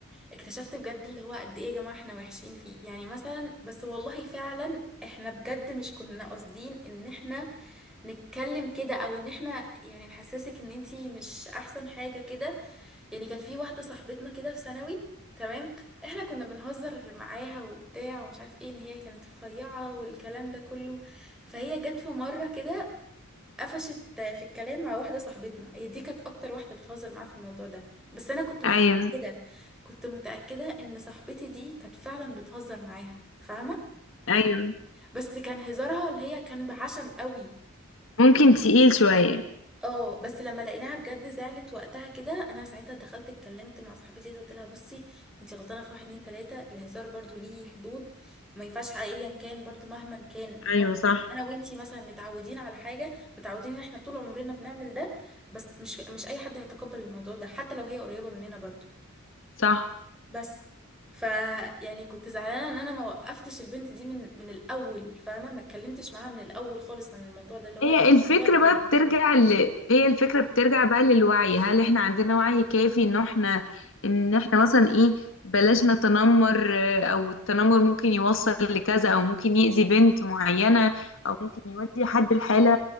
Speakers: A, in the centre; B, on the left.
A: اكتشفت بجد اللي هو قد ايه يا جماعة احنا وحشين فيه يعني مثلا بس والله فعلا احنا بجد مش كنا قاصدين ان احنا نتكلم كده او ان احنا يعني نحسسك ان انتي مش احسن حاجة كده يعني كانت في واحدة صاحبتنا كده في ثانوي تمام احنا كنا بنهزر معاها وبتاع ومش عارف ايه ان هي كانت رفيعة والكلام ده كله فهي جت في مرة كده قفشت في الكلام مع واحدة صاحبتنا هي دي كانت أكتر واحدة بتهزر معاه في الموضوع ده بس أنا كنت متأكدة
B: ايوه
A: كنت متأكدة إن صاحبتي دي كانت فعلا بتهزر معاها فاهمة
B: ايوه
A: بس كان هزارها اللي هي كان بعشم قوي
B: ممكن تقيل شويه
A: اه بس لما لقيناها بجد زعلت وقتها كده انا ساعتها دخلت اتكلمت مع صاحبتي دي، قلت لها بصي انتي غلطانه في واحد اتنين تلاته الهزار برضو ليه حدود وما ينفعش ايا كان برضو مهما كان ان
B: ايوه
A: هو مثلاً
B: صح
A: انا وانتي مثلا متعودين على حاجه متعودين ان احنا طول عمرنا بنعمل ده بس مش مش اي حد هيتقبل الموضوع ده حتى لو هي قريبه مننا برضو
B: صح
A: بس ف يعني كنت زعلانه ان انا ما وقفتش البنت دي من من الاول فاهمه ما اتكلمتش معاها من الاول خالص عن الموضوع ده اللي هو
B: هي
A: لا
B: الفكرة
A: بقى كفايه
B: بقى بترجع ل... هي الفكرة بترجع بقى للوعي هل احنا عندنا وعي كافي ان احنا ان احنا مثلا ايه بلاش نتنمر آه، او التنمر ممكن يوصل لكذا او ممكن يأذي بنت معينة او ممكن يودي حد لحالة